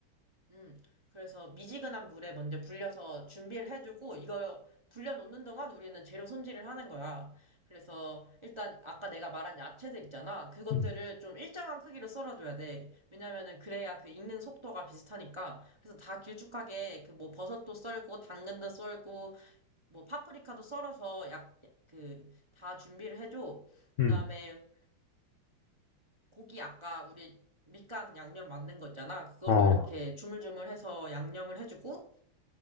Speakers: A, on the right; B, on the left.
A: 음, 그래서 미지근한 물에 먼저 불려서 준비를 해주고, 이거 불려놓는 동안 우리는 재료 손질을 하는 거야. 그래서 일단 아까 내가 말한 야채들 있잖아. 그것들을
B: 음,
A: 좀 일정한 크기로 썰어줘야 돼. 왜냐면은 그래야 그 익는 속도가 비슷하니까. 그래서 다 길쭉하게 그 뭐 버섯도 썰고, 당근도 썰고, 뭐 파프리카도 썰어서 약, 그, 다 준비를 해줘. 그
B: 음,
A: 다음에 고기 아까 우리 밑간 양념 만든 거 있잖아. 그걸로
B: 어,
A: 이렇게 주물주물해서 양념을 해주고,